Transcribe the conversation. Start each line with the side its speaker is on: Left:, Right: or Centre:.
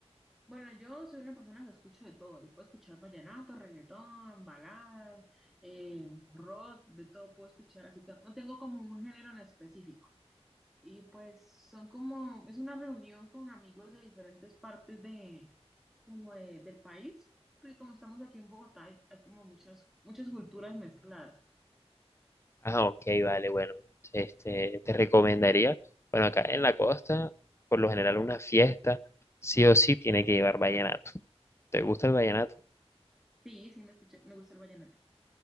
Centre: Bueno, yo soy una persona que escucho de todo, yo puedo escuchar vallenato, reggaetón, baladas, eh, rock, de todo puedo escuchar, así que no tengo como un género en específico. Y pues son como, es una reunión con amigos de diferentes partes de, como de- del país, porque como estamos aquí en Bogotá, hay, hay como muchas, muchas culturas mezcladas.
Left: Ah, ok, vale, bueno, este, te recomendaría, bueno, acá en la costa, por lo general una fiesta, sí o sí tiene que llevar vallenato. ¿Te gusta el vallenato?
Centre: Sí, sí, me escuché, me gusta el vallenato.